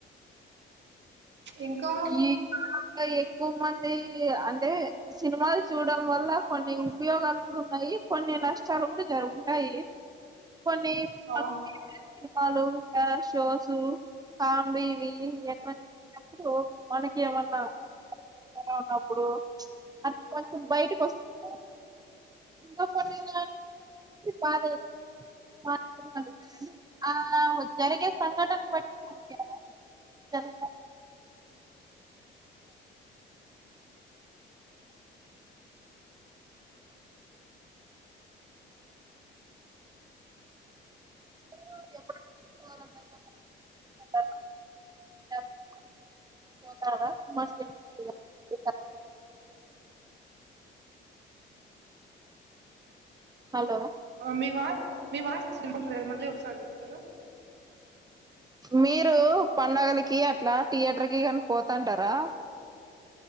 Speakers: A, on the right; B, on the right.
A: ఇంకా
B: ఈ కాలంలో ఎక్కువ మంది అంటే సినిమాలు చూడడం వల్ల కొన్ని ఉపయోగాలు కూడా ఉన్నాయి కొన్ని నష్టాలు కూడా జరుగుతాయి కొన్ని భక్తి
A: అవును
B: <inaudible> సినిమాలు ఆ షోసు కా బి వి వెపన్ <inaudible> సో మనకి ఏమన్నా <inaudible> ఉన్నప్పుడు అ కొంచెం బయటకు వస్తారా ఇంకా కొన్ని <inaudible> కాదు <inaudible> బానే ఆ జరిగే సంఘటన బట్టి మనకి జరుగుతాంది <inaudible> హలో
A: మీ వాయిస్ మీ వాయిస్ వినబడలేదు మళ్ళీ ఒకసారి చెప్తారా
B: మీరు పండగలకి అట్లా థియేటర్ కి కాని పోతంటారా